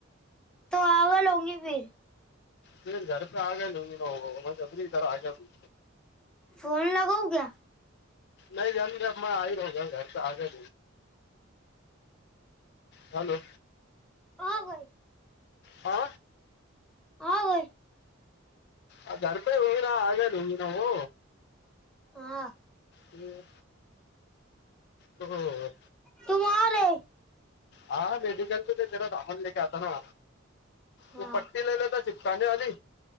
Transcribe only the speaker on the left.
फर घर पे आग लु ना म्हजरी इधर आ तू
नाही जणग अ म आई रो घर प आग र हॅलो
हो
अ गडपय हगरा आगयल हगी नऊ
हम् हो हो
हा मेडिकल प ते तेरा सामन लक आता ना त
पट्टीलेता चिपकाने वली